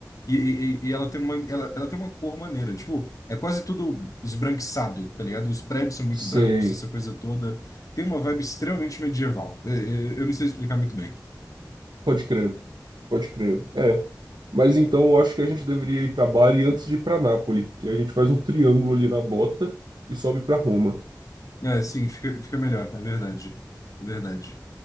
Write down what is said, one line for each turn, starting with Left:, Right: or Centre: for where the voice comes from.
Left: E, e, e e ela tem uma, ela, ela tem uma cor maneira, tipo, é quase tudo esbranquiçado, tá ligado? Os prédios são muito
Right: Sei.
Left: brancos, essa coisa toda. Tem uma vibe extremamente medieval. É, é, Eu não sei explicar muito bem.
Right: Pode crer, pode crer. É. Mas então eu acho que a gente deveria ir para Bari antes de ir para Nápoles, que a gente faz um triângulo ali na bota e sobe para Roma.
Left: É, sim, fica, fica melhor, é verdade. É verdade.